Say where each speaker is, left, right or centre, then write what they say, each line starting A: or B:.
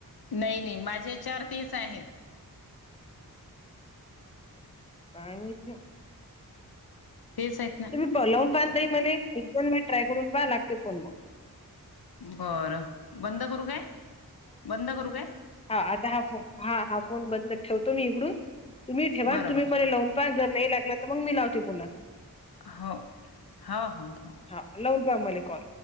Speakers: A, on the left; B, on the left.
A: नाहीं नाहीं माझ्यां तेचं आहेतं
B: कायं माहीती
A: तेचं आहेतं नां
B: तुम्हीं लावूंन पाहनं नाहीं मणे एक दोन मिनिटं ट्राय करूंन पाहां लागते फोन मंग
A: बरं बंद करूं कायं बंद करूं कायं
B: हां आतां हां फोन हां हां फोन बंद ठेवतो मी इकडूंन तुम्हीं ठेवां
A: बरं
B: तुम्हीं
A: बरं
B: मलां लावूंन पणं जरं नाहीं लागलां तरं मंग मी लावते पुन्हां
A: होव होव हो हो
B: हांव लांऊन पहां मले कॉल